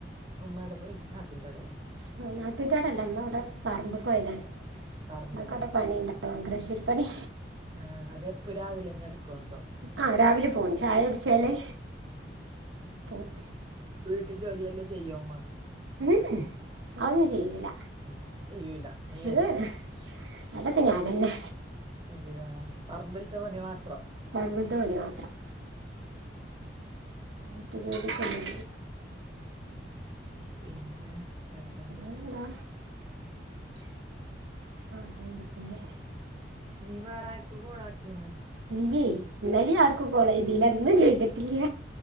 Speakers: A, on the right; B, on the right.
A: ഉമ്മ എവിടെ പോയി നാത്തൂന്റെടെ പോയാ
B: ഉം നാത്തൂന്റെടല്ല മ്മ അവിടെ പറമ്പിൽക്ക് പോയതാണ്
A: പറമ്പിൽ
B: മ്മക്ക്‌ അവിടെ പണിണ്ട് കൃഷിപണി
A: ആഹ അതെ എപ്പൊ രാവിലെ തന്നെ എടുക്കുവ എന്തോ
B: ആഹ് രാവിലെ പോകും ചായ കുടിച്ചാലേ പോവും
A: വീട്ട് ജോലിയെല്ലാം ചെയ്യോ മ്മ
B: ഉം അതോന്നും ചെയ്ല്ല
A: ഉം ചെയ്യൂല നീ തന്നെയല്ലോ
B: ഉം അതൊക്കെ ഞാനന്നെ
A: അതെയാ പറമ്പിലത്തെ പണി മാത്രം <inaudible>
B: പറമ്പത്തെ പണി മാത്രം വീട്ട് ജോലി കല്ലേ
A: പിന്നെ വേറെന്തക്കെ
B: എന്താ ആറേ അയിമ്പത്തൊന്ന്.
A: നീ വേറെ ആർക്ക് കോള ആക്കീനാ
B: ഇല്ലേ ഇന്നലെ ആർക്കും കോളേ ചെയ്തില്ല ന്നും ചെയ്തിട്ടില്ല